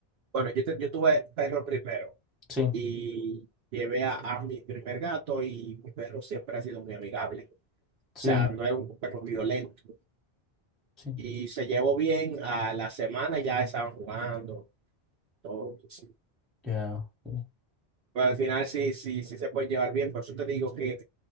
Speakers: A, on the right; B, in the centre.
A: Bueno, yo, te- yo tuve perro primero
B: Sí,
A: y llevé a, a mi primer gato y mi perro siempre ha sido muy amigable. O
B: sí,
A: sea, no es un perro violento.
B: sí.
A: Y se llevó bien a la semana, ya estaban jugando, todo. pues, sí.
B: Ya, ok,
A: Pero al final sí, sí, sí se puede llevar bien, por eso te digo que